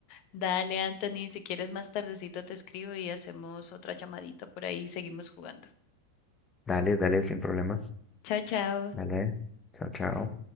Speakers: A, on the left; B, on the left.
A: Dale, Anthony, si quieres más tardecito te escribo y hacemos otra llamadita por ahí y seguimos jugando.
B: Dale, dale, sin problema.
A: Chao, chao.
B: Dale. Chao, chao.